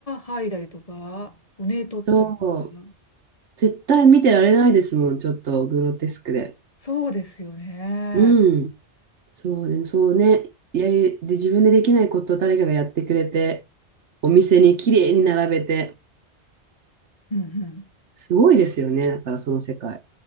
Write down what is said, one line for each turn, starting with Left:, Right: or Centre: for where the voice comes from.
Left: 剥いだりとか、骨取ったりとか。
Right: そう。絶対見てられないですもん、ちょっとグロテスクで。
Left: そうですよね。
Right: うん。そう、でもそうね。やり、で、自分でできないことを誰かがやってくれて、お店に綺麗に並べて、
Left: うんうん。
Right: すごいですよね。だからその世界。